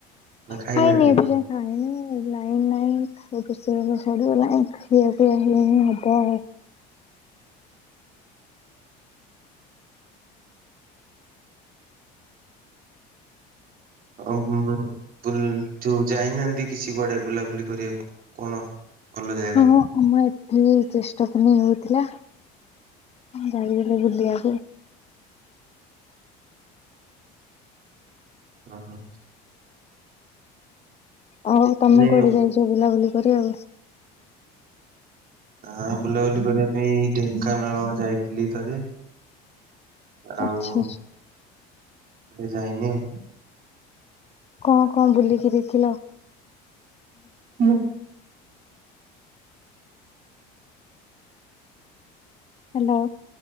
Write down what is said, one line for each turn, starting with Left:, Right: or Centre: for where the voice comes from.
Right: ନା ଖାଇନାହାନ୍ତି
Left: ଖାଇନି ଏବେ
Right: ଆପଣ?
Left: ଯାଏଁ ଖାଇନି ଲାଇନ୍ ନାଇଁ। ରୋଷେଇ ବାସ ସିରିଗଲା ଆଉ ଖିଆ ପିଆ ହବ ଆଉ।
Right: ଅହଂ ଏମିତି ଯାଇନାହାନ୍ତି କିଛି କୁଆଡେ ବୁଲାବୁଲି କରିଆକୁ କଣ ଭଲ ଜାଗା?
Left: ହଁ ଆମ ଏଠି ଜେଷ୍ଟ ପୁନେଇ ହଉଥିଲା ମୁଁ ଯାଇଥିଲି ବୁଲିଆକୁ।
Right: ଅ ହ।
Left: ଆଉ ତମେ
Right: ମାନେ
Left: କୁଆଡେ ଯାଇଚ ବୁଲାବୁଲି କରିଆକୁ?
Right: ଆମେ ବୁଲାବୁଲି କରିଆ ପାଇଁ ଢେଙ୍କାନାଳ ଯାଇଥିଲି ଥରେ। ଆଉ
Left: ଆଚ୍ଛା
Right: କୁଆଡେ ଯାଇନି ଆଉ।
Left: କଁ କଁ ବୁଲିକି ଦେଖିଲ?
Right: ହୁଁ
Left: ହାଲୋ।